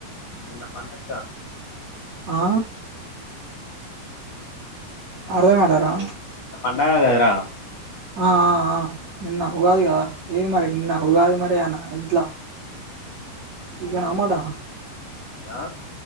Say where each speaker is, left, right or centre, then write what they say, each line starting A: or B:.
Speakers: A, on the left; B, on the right.
A: చిన్న పన్నచ్చా
B: ఆ అర్ధం కలేనా
A: <unintelligible>
B: ఆ ఆ నిన్న ఉగాది గద ఏది మరి నిన్న ఉగాది మరి అనా ఇంట్ల చికెనా
A: ఏం
B: ఆ మట్టన్ ఆ
A: ఆ